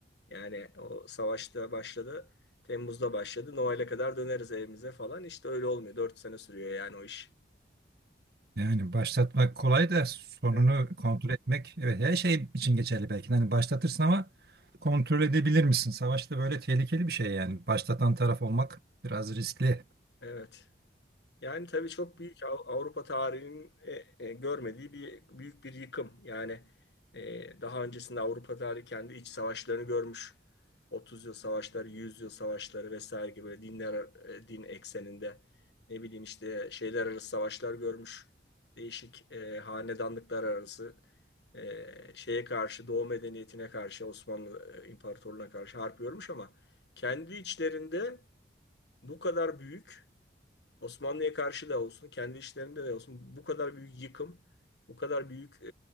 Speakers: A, on the left; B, on the right.
A: Yani o savaşta başladı Temmuz'da başladı Noel'e kadar döneriz evimize falan işte öyle olmuyor. Dört sene sürüyor yani o iş.
B: Yani başlatmak kolay da sonunu
A: Evet.
B: kontrol etmek evet her şey için geçerli belki. de. Hani başlatırsın ama kontrol edebilir misin? Savaşta böyle tehlikeli bir şey yani. Başlatan taraf olmak biraz riskli.
A: Evet. Yani tabii çok büyük Av- Avrupa tarihinin e, e, görmediği bir büyük bir yıkım. Yani e, daha öncesinde Avrupa tarihi kendi iç savaşlarını görmüş. 30 yıl savaşları, 100 yıl savaşları vesaire gibi böyle dinler e, din ekseninde ne bileyim işte şeyler arası savaşlar görmüş. Değişik e, hanedanlıklar arası e, şeye karşı Doğu medeniyetine karşı Osmanlı e, İmparatorluğu'na karşı harp görmüş ama kendi içlerinde bu kadar büyük Osmanlı'ya karşı da olsun, kendi işlerinde de olsun bu kadar büyük yıkım, bu kadar büyük e,